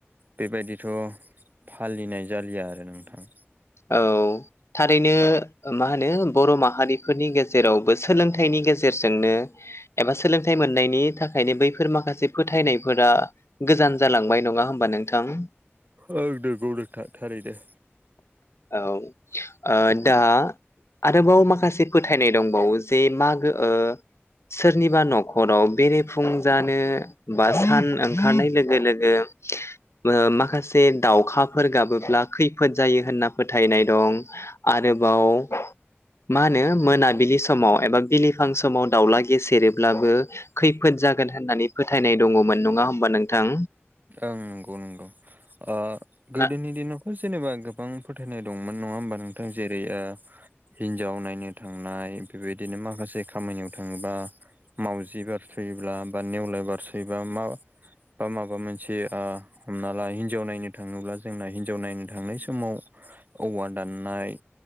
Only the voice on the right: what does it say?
बेबायदिथ' फालिनाय जालिया आरो नोंथां।
औ नंगौ नोंथां थारैनो।
ओं नंगौ नंगौ ओ गोदोनि
दिनावथ' जेनेबा गोबां फोथायनाय दंमोन नङा होमबा नोंथां जेरै ओ हिनजाव नायनो थांनाय बेबायदिनो माखासे खामानियाव थाङोबा मावजि बारस'योब्ला बा नेवलाय बारस'योबा मा बा माबा मोनसे से ओ हमना ला हिनजाव नायनो थाङोब्ला जोंना हिनजाव नायनो थांनाय समाव औवा दाननाय